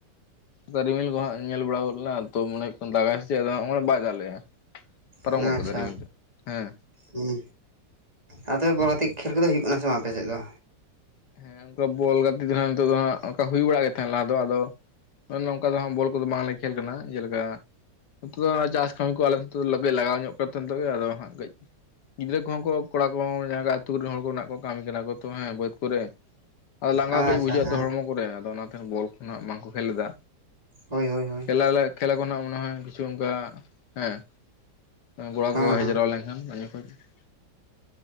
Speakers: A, on the left; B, on the right.
A: ᱫ ᱨᱤᱢᱤᱞ ᱠᱚᱦᱟᱸᱜ ᱧᱮᱞ ᱵᱟᱲᱟ ᱜᱚᱫ ᱞᱮᱱᱟ ᱛᱚ ᱢᱚᱱᱮ ᱦᱩᱭᱩᱜ ᱫᱟᱜᱟᱭ ᱦᱥᱤ ᱟᱫᱚ ᱵᱟᱭ ᱫᱟᱜᱞᱮᱼᱟ ᱯᱟᱨᱚᱢ
B: ᱦᱩᱸ
A: ᱜᱚᱫ
B: ᱟᱪᱪᱷᱟ
A: ᱠᱟᱫᱟᱭ ᱨᱤᱢᱤᱞ ᱦᱮᱸ
B: ᱦᱩᱸ ᱟᱫᱚ ᱛᱚᱵᱮ ᱵᱚᱞᱛᱮᱜ <unintelligible> ᱠᱷᱮᱞ ᱠᱚᱫᱚ ᱦᱩᱭᱩᱜ ᱠᱟᱱᱟ ᱥᱮ ᱵᱟᱝ ᱟᱯᱮᱥᱮᱫ ᱫᱚ
A: ᱦᱮᱸ ᱚᱱᱠᱟ ᱵᱚᱞ ᱜᱟᱛᱮᱜ ᱫᱚᱜ ᱱᱤᱛᱚᱜ ᱫᱚ ᱦᱟᱜ ᱚᱱᱠᱟ ᱦᱩᱭ ᱵᱟᱲᱟᱜ ᱜᱮ ᱛᱟᱦᱮᱸᱫ ᱞᱟᱦᱟ ᱫᱚ ᱟᱫᱚ ᱱᱚᱝᱠᱟ ᱫᱚ ᱦᱟᱸᱜ ᱵᱚᱞ ᱠᱚᱫᱚ ᱵᱟᱝᱞᱮ ᱠᱷᱮᱞ ᱠᱟᱱᱟ ᱡᱮᱞᱮᱠᱟ ᱱᱚᱛᱮ ᱫᱚ ᱪᱟᱥ ᱠᱟᱹᱢᱤ ᱠᱚ ᱟᱞᱮ ᱱᱤᱛ ᱫᱚ ᱞᱟᱜᱟᱣ ᱧᱚᱜ ᱠᱟᱱᱛ ᱫᱚ ᱟᱫᱚ ᱦᱟᱜ ᱠᱟᱹᱡ ᱜᱤᱫᱽᱨᱟᱹ ᱠᱚᱦᱚᱸ ᱠᱚᱲᱟ ᱠᱚᱦᱚ ᱟᱛᱩ ᱨᱮᱱ ᱦᱚᱲ ᱠᱚ ᱢᱮᱱᱟᱜ ᱠᱚ ᱠᱟᱹᱢᱤ ᱠᱟᱱᱟ ᱠᱚ ᱛᱚ ᱦᱮᱸ ᱵᱟᱹᱫᱽ ᱠᱚᱨᱮ ᱟᱫᱚ ᱞᱟᱸᱜᱟ
B: ᱟᱪᱪᱷᱟ
A: ᱠᱟᱹᱡ ᱵᱩᱡᱷᱟᱹᱜ
B: ᱦᱮᱸ
A: ᱟ ᱛᱚ ᱦᱚᱲᱢᱚ ᱠᱚ ᱠᱚᱨᱮ ᱟᱫᱚ ᱚᱱᱟᱛᱮ ᱵᱚᱞ ᱠᱷᱚᱱᱟᱜ ᱵᱟᱝᱠᱚ ᱠᱷᱮᱞᱮᱫᱟ
B: ᱦᱳᱭ ᱦᱳᱭ ᱦᱳᱭ
A: ᱠᱷᱮᱞᱟᱞᱮ ᱠᱷᱮᱞᱟ ᱠᱚᱱᱟᱜ ᱢᱚᱱᱮ ᱠᱤᱪᱷᱩ ᱚᱱᱠᱟ ᱦᱮᱸ ᱜᱚᱲᱟ
B: ᱦᱮᱸ
A: ᱠᱚ ᱦᱮᱡ
B: ᱦᱮᱸ
A: ᱡᱟᱨᱣᱟ ᱞᱮᱱᱠᱷᱟᱱ ᱦᱟᱱ ᱢᱟᱱ ᱠᱚ <unintelligible>